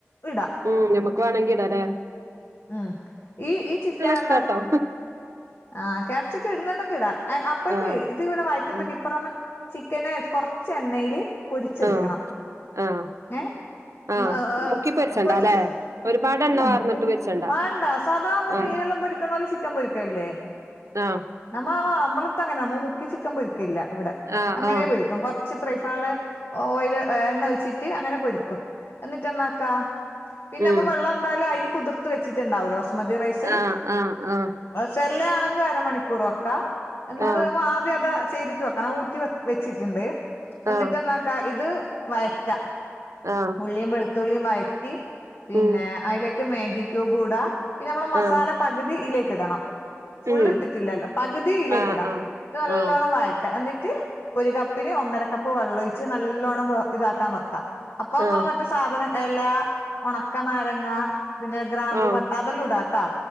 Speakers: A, on the left; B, on the right.
A: ഇട.
B: ഉം നമക്ക് വേണെങ്കി ഇടലേ.
A: ഉം ഈ ഈ ചിക്കൻ
B: ഇഷ്ടാട്ടോ
A: എന്നാ ആഹ് ക്യാപ്സിക്കം ഇടുന്നുണ്ടെങ്കിൽ ഇടാ അപ്പയ്ക്ക്‌
B: ആഹ്
A: ഇത് ഇവടെ വയറ്റുബക്ക്
B: ഉം
A: ഇപ്പുറം ചിക്കന് കുറച്ച് എണ്ണയില് പൊരിച്ചെടുക്കണം
B: ആഹ് ആഹ്
A: ഏ
B: ആഹ്
A: ഹ് ഹ്
B: മുക്കി പൊരിച്ചണ്ട
A: പൊരിച്ച്
B: അല്ലെ ഒരുപാട് എണ്ണ
A: അല്ല
B: വാർന്നിട്ട്
A: മുക്കി
B: പൊരിച്ചണ്ട
A: വാണ്ടാ സാദാ മ്മ
B: ആഹ്
A: മീനെല്ലാം പൊരിക്കുന്നോലെ ചിക്കൻ പൊരിക്കല് ല്ലേ
B: ആഹ്
A: നമ്മ നമ്മളടുത്ത് അങ്ങനെ നമ്മ നമ്മള്ടെ അടുത്ത് അങ്ങനെയാ മുക്കി ചിക്കൻ പൊരിക്കില്ല ഇവിടെ
B: ആഹ്
A: അങ്ങനെ
B: ആഹ് ആഹ്
A: പൊരിക്കും കൊ ച്ച് ഫ്രൈപാനില് ഓയില് എണ്ണ ഒഴിച്ചിട്ട് അങ്ങനെ പൊരിക്കും. അന്നിട്ട് എന്നാക്കാ പിന്നെ നമ്മൾ
B: ഉം
A: വെള്ളം എന്തായാലും അരി കുതിർത്ത് വെച്ചിട്ടുണ്ടാവൂലേ ബസ്മതി റൈസ്
B: ആഹ് ആഹ് ആഹ്
A: സെല്ല ആണെങ്കിൽ അരമണിക്കൂർ വെക്കാ എന്ന
B: ആഹ്
A: അത് ആദ്യം അത് ചെയ്തി ഊറ്റി വെക്കണം ഊറ്റി വെച്ചിട്ടുണ്ട് എന്നിട്ടന്നക്കാ
B: ആഹ്
A: ഇത് വയറ്റാ
B: ആഹ്
A: ള്ളിയും വെളുത്തള്ളിയും വയറ്റി പിന്നെ
B: ഉം
A: അയിലേക്ക് മാഗി ക്യൂബുടാ പിന്നെ നമ്മളെ മസാല
B: ആഹ്
A: പകുതി ഇലേക്ക് ഇടണം ഫുള്ള്
B: ഉം
A: ഇട്ടിട്ടില്ലല്ലോ പകുതി ഇയിലേക്ക്
B: ആഹ്
A: ഇടാ ന്നട്ട്
B: ആഹ്
A: നല്ലോണ്ണം
B: ആഹ്
A: വയ എന്നിട്ട് ഒരു കപ്പിന് ഒന്നര കപ്പ് വെള്ളൊഴിച്ച് നല്ലോണ്ണം ഇതാക്കാൻ വെക്കാ. അപ്പൊ നമ്മള്
B: ആഹ്
A: മറ്റു സാധന എല്ലാ ഒണക്കനാരങ്ങ പിന്നെ ഗ്രാമ്പൂ
B: ആഹ്
A: പട്ട അതെല്ലു ഇടാട്ടാ